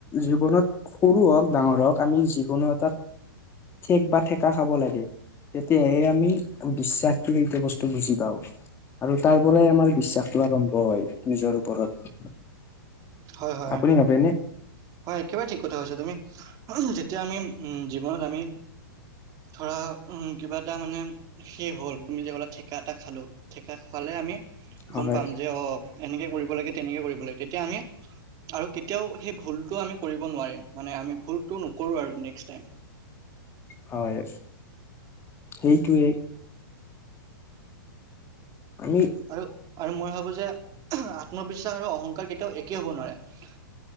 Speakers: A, on the left; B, on the right.
A: জীৱনত সৰু হওক ডাঙৰ হওঁক আমি যিকোনো এটাত ঠেক বা ঠেকা খাব লাগে। তেতিয়াহে আমি বিশ্বাস কি এইটো বস্তু বুজি পাওঁ। আৰু তাৰ পৰাই আমাৰ বিশ্বাসটো আৰম্ভ হয় নিজৰ ওপৰত।
B: হয়, হয়।
A: আপুনি ভাবেনে
B: হয় একেবাৰে ঠিক কথা কৈছা তুমি যেতিয়া আমি উম জীৱনত আমি ধৰা কিবা এটা মানে সে হ'ল তুমি যে ক'লে ঠেককা এটা খালোঁ ঠেকা খোৱালে আমি গম
A: হয়
B: পাম যে অ', এনেকে কৰিব লাগে তেনেকে কৰিব লাগে তেতিয়া আমি আৰু কেতিয়াও সেই ভুলটো আমি কৰিব নোৱাৰিম মানে আমি ভুলতটো নকৰো আৰু নেক্স টাইম।
A: হয় সেইটোৱে। আমি
B: আৰু আৰু মই ভাবো যে আত্মবিশ্বাস আৰু অহং কেতিয়াও একে হ'ব নোৱাৰে।